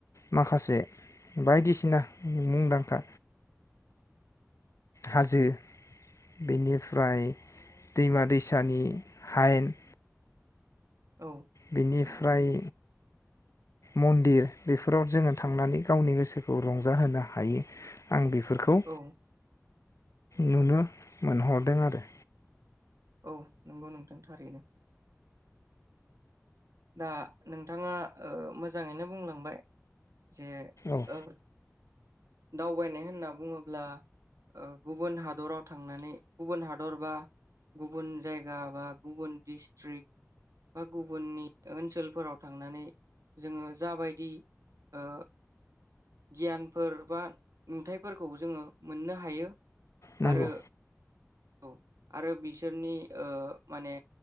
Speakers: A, on the left; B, on the right.
A: माखासे बायदिसिना मुंदां खा हाजो बेनिफ्राय दैमा दैसानि हायेन।
B: औ
A: बिनिफ्राय
B: नंगौ नंगौ
A: मन्दिर बेफोराव जोङो थांनानै गावनि गोसोखौ रंजाहोनो हायो। आं बिफोरखौ
B: औ
A: नुनो मोनहरदों आरो।
B: औ नंगौ नोंथां थारैनो। दा नोंथाङा ओ मोजाङैनो बुंलांबाय। जे
A: औ
B: ओ दावबायनाय होनना बुङोब्ला ओ गुबुन हादराव थांनानै गुबुन हादर बा गुबुन जायगा बा गुबुन डिस्ट्रिक्ट बा गुबुननि ओनसोलफोराव थांनानै जोङो जाबायदि ओ गियानफोर बा नुथाइफोरखौ जोङो मोननो हायो।
A: नंगौ
B: आरो। औ आरो बिसोरनि ओ माने